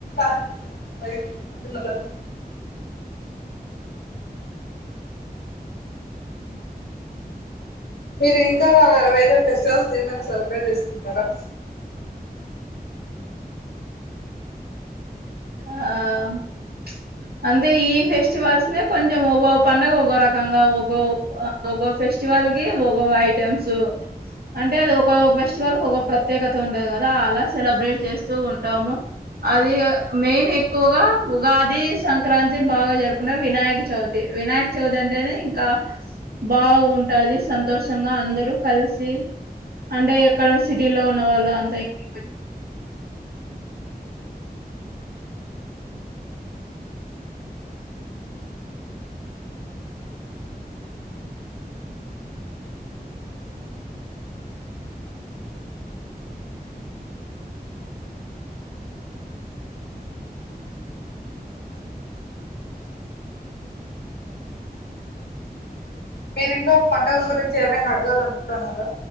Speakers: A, on the left; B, on the right.
A: <unintelligible> చిన్న పిలలకు మీరు ఇంకా వేరే ఫెస్టివల్స్ ఏమైనా సెలబ్రేట్ చేసుకుంటారా
B: ఆ ప్చ్ అంటే ఈ ఫెస్టివల్స్నే కొంచెం ఒగో పండగ ఒగో రకంగా ఒగో ఓగో ఫెస్టివల్స్ కి ఓగో ఐటెమ్స్ అంటే అది ఒక ఫెస్టివల్ ఒక ప్రత్యేకత ఉంటది కదా అలా సెలబ్రేట్ చేస్తూ ఉంటాము అది ఇగ మెయిన్ ఎక్కువగా ఉగాది, సంక్రాంతి బాగా జరుపుకుంటం. వినాయక చవితి వినాయక చవితి అ అంటేనే ఇంకా బాగుంటాది. సంతోషంగా అందరూ కలిసి అంటే ఎక్కడ సిటీలో ఉన్నవాళ్ళు అంత ఇంటికి పొయ్యి
A: మీరి ఇన్నో పండగల గురించి ఏమైనా అడగాల అనుకుంటున్నారా